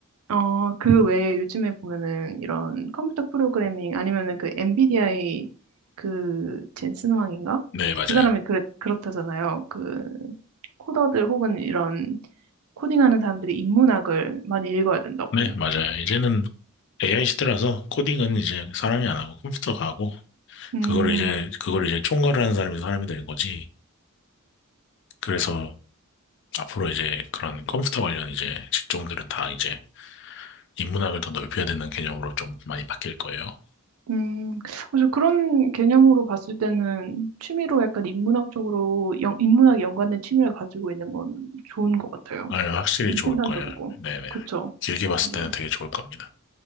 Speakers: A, on the right; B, on the left.
A: 어, 그 외에 요즘에 보면은 이런 컴퓨터 프로그래밍 아니면은 그 엔비디아의 그 젠슨 황인가?
B: 네, 맞아요.
A: 그 사람이 그렇, 그렇다잖아요. 그 코더들 혹은 이런 코딩하는 사람들이 인문학을 많이 읽어야 된다고.
B: 네, 맞아요. 이제는 AI 시대라서 코딩은 이제 사람이 안 하고 컴퓨터가 하고
A: 음,
B: 그거를 이제 그걸 이제 총괄하는 사람이 사람이 되는 거지. 그래서 앞으로 이제 그런 컴퓨터 관련 이제 직종들은 다 이제 인문학을 더 넓혀야 되는 개념으로 좀 많이 바뀔 거예요.
A: 음, 그래서 그런 개념으로 봤을 때는 취미로 약간 인문학 쪽으로, 영, 인문학에 연관된 취미를 가지고 있는 건 좋은 것 같아요.
B: 네, 확실히
A: 좀
B: 좋을
A: 더 생산적이고.
B: 거예요. 네네.
A: 그쵸?
B: 길게 봤을
A: 맞아.
B: 때는 되게 좋을 겁니다.